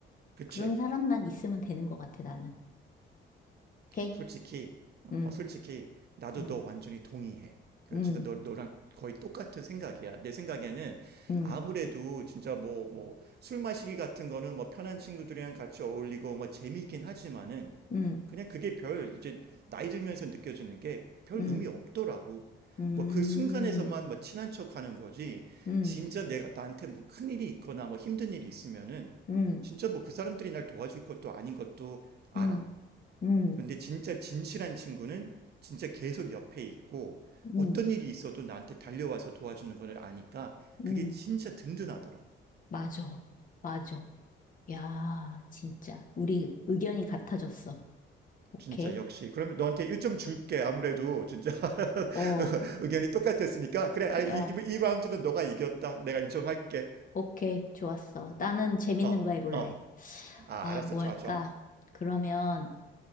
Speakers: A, on the right (about 55°); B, on the left (about 40°).
A: 그치.
B: 그런 사람만 있으면 되는 것 같아, 나는. 오케이?
A: 솔직히, 어,
B: 응,
A: 어, 솔직히, 나도
B: 응,
A: 너 완전히 동의해. 그
B: 응,
A: 진짜 너, 너랑 거의 똑같은 생각이야. 내 생각에는
B: 응,
A: 아무래도 진짜 뭐, 뭐, 술 마시기 같은 거는 뭐 편한 친구들이랑 같이 어울리고 뭐 재밌긴 하지만은
B: 응,
A: 그냥 그게 별, 이제 나이 들면서 느껴지는 게 별
B: 응,
A: 의미 없더라고.
B: 응,
A: 뭐 그 순간에서만 뭐 친한 척 하는 거지.
B: 응,
A: 진짜 내가 나한테 뭐 큰일이 있거나 뭐 힘든 일이 있으면은
B: 응,
A: 진짜 뭐 그 사람들이 날 도와줄 것도 아닌 것도 알아.
B: 응, 응,
A: 근데 진짜 진실한 친구는 진짜 계속 옆에 있고
B: 응, 응.
A: 어떤 일이 있어도 나한테 달려와서 도와주는 걸 아니까 그게
B: 응.
A: 진짜 든든하더라.
B: 맞아. 맞아. 야, 진짜. 우리 의견이 같아졌어. 오케이.
A: 진짜 역시. 그러면 너한테 1점 줄게. 아무래도 진짜 <laughs>
B: 어,
A: 의견이 똑같았으니까 그래. 아, 이,
B: 야,
A: 이- 이 라운드는 너가 이겼다. 내가 인정할게.
B: 오케이. 좋았어. 나는 재밌는
A: 어,
B: 거 해볼래.
A: 어. 아,
B: 아,
A: 알았어.
B: 뭐
A: 좋아,
B: 할까?
A: 좋아.
B: 그러면,